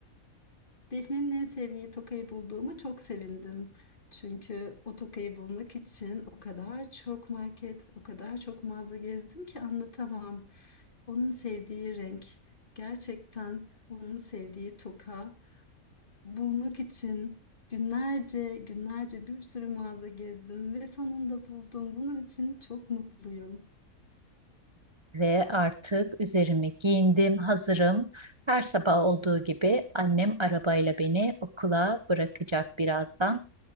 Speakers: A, on the left; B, on the right.
A: Defne'nin en sevdiği tokayı bulduğuma çok sevindim. Çünkü o tokayı bulmak için o kadar çok market, o kadar çok mağaza gezdim ki anlatamam. Onun sevdiği renk, gerçekten onun sevdiği toka bulmak için günlerce, günlerce bir sürü mağaza gezdim ve sonunda buldum. Bunun için çok mutluyum.
B: Ve artık üzerimi giyindim, hazırım. Her sabah olduğu gibi annem arabayla beni okula bırakacak birazdan.